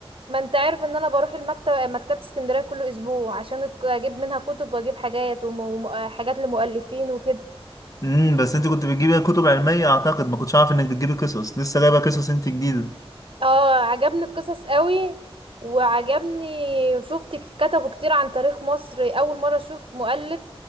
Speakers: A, on the right; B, on the left.
A: ما انت عارف ان انا بروح المكتب مكتبة اسكندرية كل اسبوع عشان أك- اجيب منها كتب واجيب حاجات وحاجات لمؤلفين وكده
B: امم بس انتي كنت بتجيبي كتب علميه اعتقد ما كنتش عارف انك بتجيبي قصص لسه جايبه قصص انتي جديده
A: اه عجبني القصص قوي وعجبني شفت ك- كتبوا كتير عن تاريخ مصر اول مرة اشوف مؤلف